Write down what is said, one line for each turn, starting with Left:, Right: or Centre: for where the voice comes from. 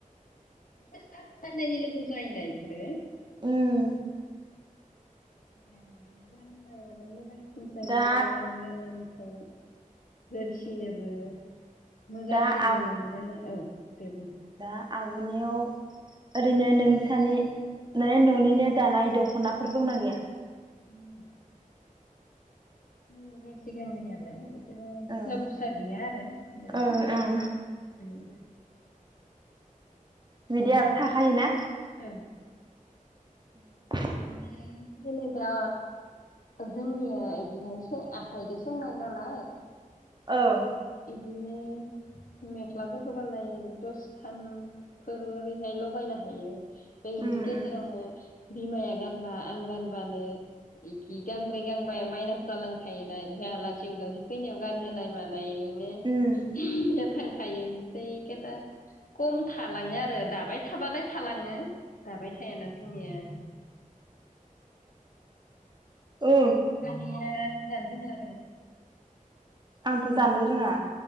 Left: <unintelligible>
Right: उम
Left: दानानै गाननायानो मोजां सिन जायो
Right: दा
Left: बायनानै गाननायनि <unintelligible> होरसिनोबो मोजांसिनबो
Right: दा आ
Left: मोनो गाननो। औ दे बुं
Right: दा आबो नियाव ओरनौ नों सानि ने न'निनो दानाय दख'नाफोर दंना गैया?
Left: <inaudible> दङ गांसे गांनैयालाय ओ बुरजा
Right: ओं
Left: बुरजा गैया आरो जेनेबा
Right: ओं
Left: ओम
Right: ओं बिदि आरो थाखायोना
Left: ओं
Right: <inaudible>
Left: आरो जेनेबा जोंनिया इदिनो आखाइजों सोंनाय नालाय
Right: ओं
Left: दिनो मेख्लाफोरखौ बालाय दसखानफोर ओरैहाय लगायनो हायो। बेनि
Right: उम
Left: गेजेरावनो
Right: उम
Left: बिमाया गानबा आं गानबानो इखि गांब्रै गांबाया माइनास जालांखायोना ओमफ्राय आलासि उलासि फैनायाव गानहोनाय मानाय
Right: उम
Left: <unintelligible> थायो। <unintelligible> खम थालाङो आरो दाबाय थाबालाय थालाङो। दाबाय थायाना जोंनिया।
Right: औ
Left: <unintelligible> जि दानो रोंगोना रोंङा?
Right: आंथ' दानो रोङा